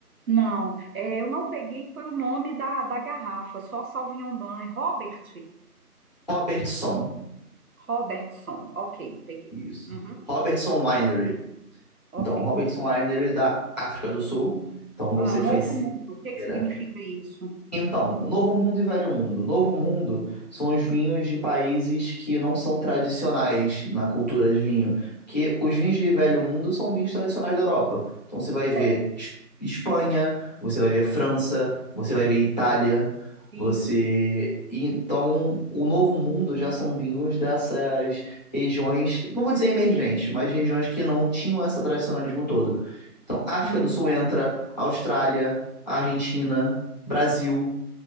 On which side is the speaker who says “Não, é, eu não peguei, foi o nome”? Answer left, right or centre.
Right